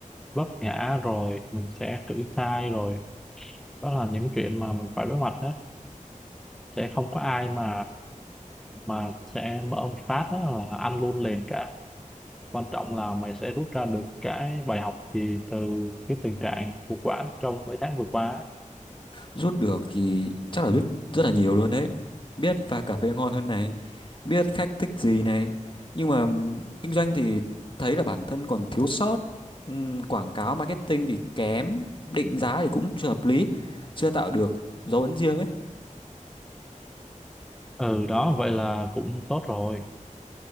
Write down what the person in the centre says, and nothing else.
vấp ngã rồi mình sẽ thử thai rồi đó là những chuyện mà mình phải đối mặt á sẽ không có ai mà mà sẽ mở một phát á là ăn luôn liền cả quan trọng là mày sẽ rút ra được cái bài học gì từ cái tình trạng khủng hoảng trong mấy tháng vừa qua á.
ừ đó vậy là cũng tốt rồi